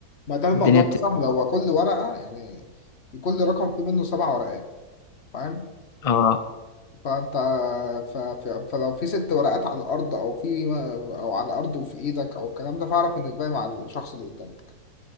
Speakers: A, on the left; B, on the left.
A: ما ده الموضوع
B: الدنيا بتبقى
A: سهل هو كل ورقة يعني كل رقم فيه منه سبع ورقات فاهم
B: اه
A: فانت ف... ف... فلو في ست ورقات على الارض او في او على الارض وفي ايدك او الكلام ده فاعرف ان الباقي مع الشخص اللي قدامك